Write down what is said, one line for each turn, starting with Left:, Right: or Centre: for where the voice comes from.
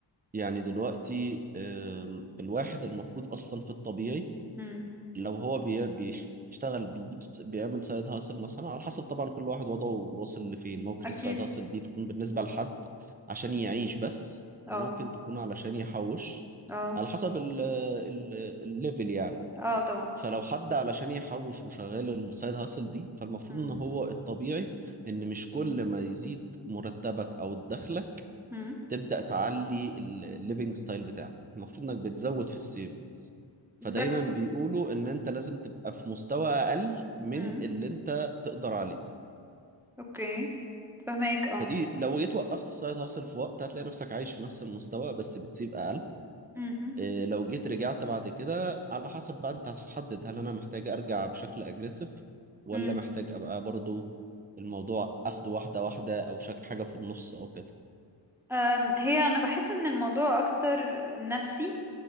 Right: يعني دلوقتي آم، الواحد المفروض اصلا في الطبيعي
Centre: مم.
Right: لو هو بي- بيشتغل بيجيب س- بيعمل سايد هاسل مثلا على حسب طبعا كل واحد وضعه واصل لفين ممكن
Centre: اكيد
Right: السايد هاسل دي تكون بالنسبة لحد عشان يعيش بس
Centre: اه
Right: وممكن تكون علشان يحوش
Centre: اه
Right: على حسب ال ال الليفل يعني
Centre: اه طبعا
Right: فلو حد علشان يحوش وشغال السايد هاسل دي فالمفروض
Centre: مم.
Right: ان هو الطبيعي ان مش كل ما يزيد مرتبك او دخلك
Centre: مم.
Right: تبدأ تعلي الليفنج ستايل بتاعك المفروض انك بتزود في السيفنجز فدايما
Centre: بس
Right: بيقولوا ان انت لازم تبقى في مستوى اقل من
Centre: امم
Right: اللي انت تقدر عليه
Centre: اوكي فهماك اه
Right: فدي لو جيت وقفت السايد هاسل في وقت هتلاقي نفسك عايش في نفس المستوى بس بتسيب اقل
Centre: امم
Right: إيه لو جيت رجعت بعد كده على حسب بقى انت هتحدد هل انا محتاج ارجع بشكل اجريسيف ولا
Centre: امم
Right: محتاج ابقى برضو الموضوع اخده واحدة واحدة او شك حاجة في النص او كده
Centre: أم، هي انا بحس ان الموضوع اكتر نفسي